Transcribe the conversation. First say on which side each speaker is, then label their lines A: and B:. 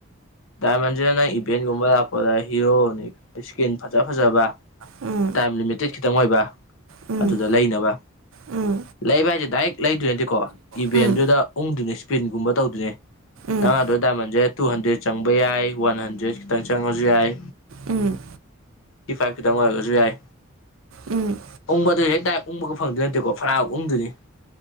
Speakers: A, on the left; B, on the right.
A: ꯗꯥꯏꯃꯟꯁꯤꯗ ꯅꯪ ꯏꯚꯦꯟꯒꯨꯝꯕ ꯂꯥꯛꯄꯗ ꯍꯤꯔꯣꯅꯤ ꯏꯁꯀꯤꯔꯤꯟ ꯐꯖ ꯐꯖꯕ
B: ꯎꯝ
A: ꯇꯥꯏꯝ ꯂꯤꯃꯤꯇꯦꯠ ꯈꯤꯇꯪ ꯑꯣꯏꯕ
B: ꯎꯝ
A: ꯑꯗꯨꯗ ꯂꯩꯅꯕ
B: ꯎꯝ
A: ꯂꯩꯕ ꯍꯥꯏꯁꯦ ꯗꯥꯏꯔꯦꯛ ꯂꯩꯗꯣꯏ ꯅꯠꯇꯦꯀꯣ ꯏꯚꯦꯟꯗꯨꯗ
B: ꯎꯝ
A: ꯎꯪꯗꯨꯅꯦ ꯏꯁꯄꯤꯟꯒꯨꯝꯕ ꯇꯧꯗꯅꯦ
B: ꯎꯝ
A: ꯅꯪꯗꯣ ꯗꯥꯏꯃꯟꯁꯦ ꯇꯨ ꯍꯟꯗ꯭ꯔꯦꯠ ꯆꯪꯕ ꯌꯥꯏ ꯋꯥꯟ ꯍꯟꯗ꯭ꯔꯦꯗ ꯈꯤꯇꯪ ꯆꯪꯉꯁꯨ ꯌꯥꯏ
B: ꯎꯝ
A: ꯇꯤ ꯐꯥꯏꯚ ꯈꯤꯇꯪ ꯑꯣꯏꯔꯒꯁꯨ ꯌꯥꯏ
B: ꯎꯝ
A: ꯎꯪꯕꯗ ꯍꯦꯛ ꯀꯗꯥꯏ ꯎꯪꯕꯒ ꯐꯪꯗꯣꯏ ꯅꯠꯇꯦꯀꯣ ꯐꯔꯥ ꯎꯪꯗꯣꯏꯅꯤ